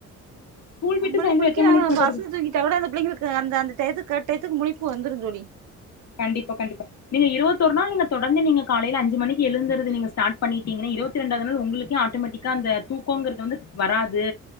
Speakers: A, on the left; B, on the right.
A: ஸ்கூல்
B: நம்மளே
A: விட்டு சாயந்தரோ
B: முளிக்காம
A: எத்தன மணிக்கு சகோதரி
B: அசந்து தூங்கி கூட அந்த பிள்ளைங்களுக்கு அந்த அந்த டயத்துக்கு கரெக்ட் டயத்துக்கு முழிப்பு வந்துரும் தோழி
A: கண்டிப்பா கண்டிப்பா நீங்க இருபத்தொரு நாள் நீங்க தொடர்ந்து நீங்க காலையில அஞ்சு மணிக்கு எழுந்துருது ஸ்டார்ட் பண்ணீட்டிங்கனா இருபத்திரெண்டாவது நாள் உங்களுக்கே ஆட்டோமட்டிக் கா அந்த தூக்கோங்கிறது வந்து வராது